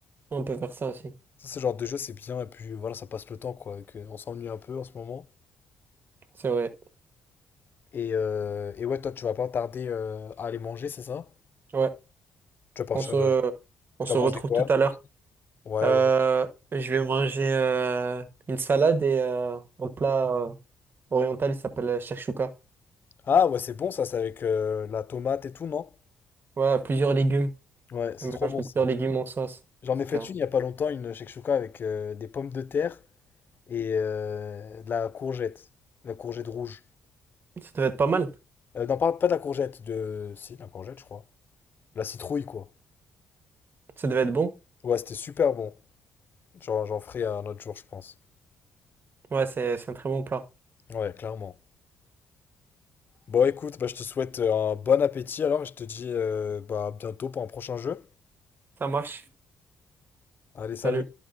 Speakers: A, on the right; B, on the left.
A: on peut faire ça aussi.
B: Ça, c'est genre de jeu, c'est bien, et puis voilà, ça passe le temps, quoi. et que- on s'ennuie un peu en ce moment.
A: C'est vrai.
B: Et, euh, et ouais, toi, tu vas pas tarder euh, à aller manger, c'est ça?
A: Ouais,
B: Tu vas partir,
A: on se,
B: euh,
A: on
B: tu
A: se
B: vas
A: retrouve
B: manger quoi?
A: tout à l'heure.
B: Ouais,
A: Euh,
B: ouais.
A: je vais manger euh, une salade et euh, un plat. euh, oriental, ça s'appelle euh, shakshuka.
B: Ah, ouais, c'est bon, ça, c'est avec euh, la tomate et tout, non?
A: Ouais, plusieurs légumes.
B: Ouais, c'est
A: On
B: trop
A: mélange
B: bon,
A: de
B: ça.
A: plusieurs légumes en sauce,
B: J'en
A: etc.
B: ai fait une il y a pas longtemps, une shakshuka avec euh, des pommes de terre et euh, de la courgette. La courgette rouge.
A: Ça devait être pas mal.
B: Euh, non, pas, pas de la courgette, de... Si, de la courgette, je crois. La citrouille, quoi.
A: Ça devait être bon.
B: Ouais, c'était super bon. Genre, j'en ferai un autre jour, je pense.
A: Ouais, c'est c'est un très bon plat.
B: Ouais, clairement. Bon, écoute, bah, je te souhaite euh, un bon appétit alors et je te dis euh, bah, à bientôt pour un prochain jeu.
A: Ça marche.
B: Allez, salut!
A: Salut.